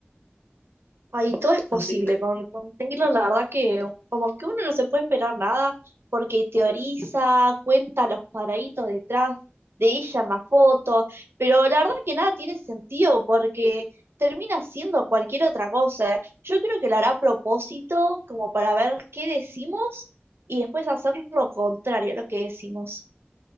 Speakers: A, on the right; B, on the left.
A: Ahí todo es posible.
B: No sé qué
A: Con, con Taylor, la verdad que como que uno no se puede esperar nada, porque teoriza, cuenta los cuadraditos detrás de ella en la foto, pero la verdad que nada tiene sentido, porque termina siendo cualquier otra cosa. Yo creo que lo hará a propósito, como para ver qué decimos, y después hacer lo contrario a lo que decimos.